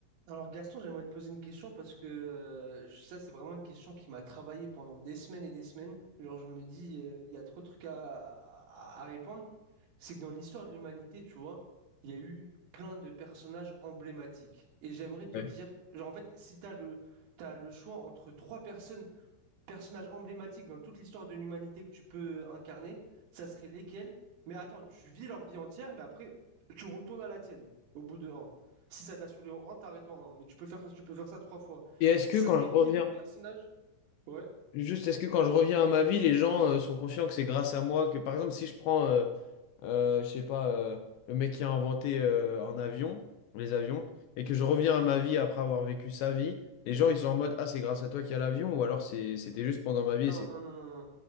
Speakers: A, on the right; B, on the left.
A: Alors Gaston, j'aimerais te poser une question parce que euh, ça, c'est vraiment une question qui m'a travaillé pendant des semaines et des semaines. Genre, je me dis, euh, il y a trop de trucs à, à- à répondre. C'est que dans l'histoire de l'humanité, tu vois, il y a eu plein de personnages emblématiques. Et j'aimerais te
B: Ouais.
A: dire, genre, en fait, si tu as le, t'as le choix entre trois personnes personnages emblématiques dans toute l'histoire de l'humanité que tu peux incarner, ça serait lesquels? Mais attends, tu vis leur vie entière, mais après, tu retournes à la tienne au bout de un. Si ça t'a saoulé en un, t'arrêtes en un. Mais tu peux faire, ça, tu peux faire ça trois fois.
B: Et est-ce que
A: Ça
B: quand
A: serait
B: je reviens,
A: qui les personnages? Ouais.
B: juste est-ce que quand je reviens à ma vie, les gens euh, sont conscients que c'est grâce à moi que, par exemple, si je prends, euh, euh, je sais pas, euh, le mec qui a inventé euh, un avion, les avions, et que je reviens à ma vie après avoir vécu sa vie, les gens ils sont en mode, ah, c'est grâce à toi qu'il y a l'avion, ou alors c'est, c'était juste pendant ma vie et
A: non,
B: c'est.
A: non, non, non.